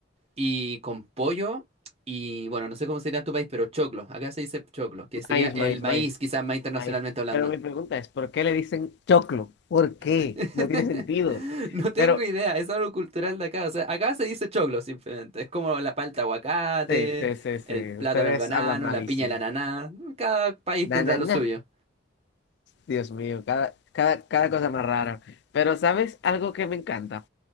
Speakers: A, on the right; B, on the left.
A: Y con pollo y, bueno, no sé cómo sería en tu país, pero choclo. Acá se dice choclo, que sería
B: Maíz,
A: el
B: maíz,
A: maíz,
B: maíz,
A: quizás más internacionalmente
B: maíz.
A: hablando.
B: Pero mi pregunta es, ¿por qué le dicen choclo? ¿Por qué?
A: <laughs>
B: No tiene sentido.
A: No tengo
B: Pero,
A: idea, es algo cultural de acá. O sea, acá se dice choclo simplemente. Es como la palta aguacate,
B: sí, sí, sí,
A: el
B: sí.
A: plátano
B: Ustedes
A: el banano,
B: hablan malísimo.
A: la piña el ananá. Cada país
B: Na,
A: tendrá
B: na,
A: lo
B: na.
A: suyo.
B: Dios mío, cada, cada, cada cosa más rara. Pero, ¿sabes algo que me encanta?